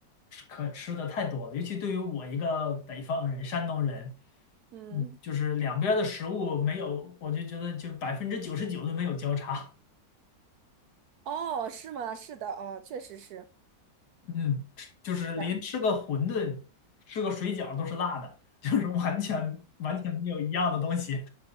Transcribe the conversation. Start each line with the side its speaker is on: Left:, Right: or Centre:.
Left: 吃可吃的太多了，尤其对于我一个北方人、山东人，
Right: 嗯，
Left: 嗯，就是两边儿的食物没有，我就觉得就百分之九十九都没有交叉。
Right: 哦，是吗？是的，哦，确实是
Left: 嗯，吃就是连吃个馄饨、
Right: 这样。
Left: 吃个水饺都是辣的，<laughs> 就是完全完全没有一样的东西。